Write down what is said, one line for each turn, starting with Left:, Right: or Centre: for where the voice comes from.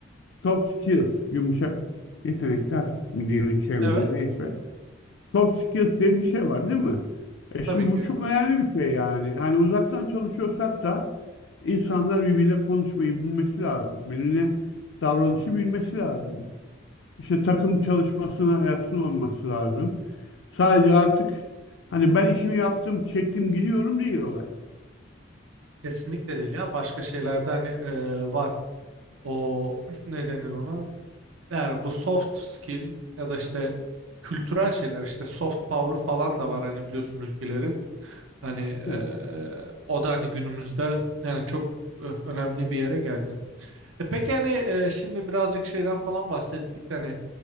Left: Soft skills, yumuşak yetenekler mi diyelim çevrede
Right: Evet.
Left: neyse. Soft skills diye bir şey var değil mi? E şimdi
Right: Tabii ki
Left: bu
Right: yani
Left: çok önemli bir şey yani. Hani uzaktan çalışıyorsak da insanlar birbiriyle konuşmayı bilmesi lazım. Birbirine davranışı bilmesi lazım. İşte takım çalışmasına yatkın olması lazım. Sadece artık hani ben işimi yaptım, çektim, gidiyorum değil olay.
Right: kesinlikle değil ya başka şeylerde hani e, var o <clears throat> ne denir ona yani bu soft skill ya da işte kültürel şeyler işte soft power falan da var hani biliyorsun ülkelerin. Hani eee,
Left: Evet.
Right: o da hani günümüzde yani çok e, önemli bir yere geldi. E peki hani e, şimdi birazcık şeyden falan bahsettik de hani